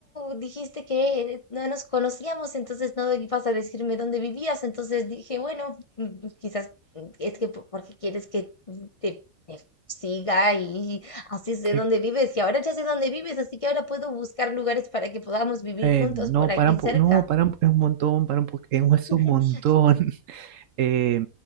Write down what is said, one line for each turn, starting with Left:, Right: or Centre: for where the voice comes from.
Left: dijiste que no nos conocíamos, entonces no ibas a decirme dónde vivías, entonces dije, bueno, mm, quizás mm, es que po- porque quieres que mm, te, te siga y así sé
Right: ¿Qué,
Left: dónde vives, y ahora ya sé dónde vives, así que ahora puedo buscar lugares para que podamos vivir
Right: Eh,
Left: juntos
Right: no,
Left: por aquí
Right: para un po-
Left: cerca.
Right: no, para un, es un montón, para un po- es un es
Left: <laughs>
Right: un montón. <laughs> Eh,